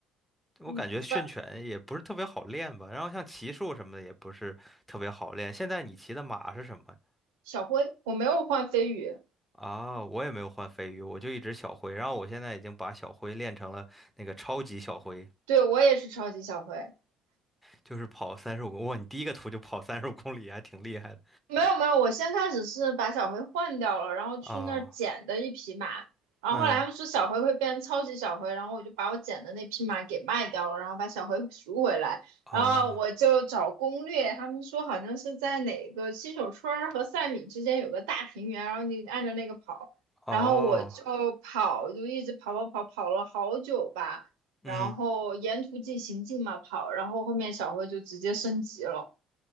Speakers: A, in the centre; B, on the right.
A: 我感觉训犬也不是特别好练吧，
B: 嗯，反
A: 然后像骑术什么的也不是特别好练。现在你骑的马是什么呀？
B: 小灰，我没有换飞鱼，
A: 啊，我也没有换飞鱼，我就一直小灰，然后我现在已经把小灰练成了那个超级小灰，
B: 对我也是超级小灰。
A: 就是跑三十五公，哇，你第一个图就跑三十五公里，还挺厉害的。
B: 没有没有，我先开始是把小灰换掉了，然后去那儿捡的一匹马，
A: 哦，
B: 然后后来他们说小灰会变超级小灰，
A: 嗯，
B: 然后我就把我捡的那匹马给卖掉了，然后把小灰赎回来，
A: 哦，
B: 然后我就找攻略，他们说好像是在哪个新手村儿和赛米之间有个大平原，然后你按照那个跑，
A: 哦，
B: 然后我就跑，就一直跑跑跑跑了好久吧，
A: 嗯，
B: 然后沿途进行进嘛跑，然后后面小灰就直接升级了，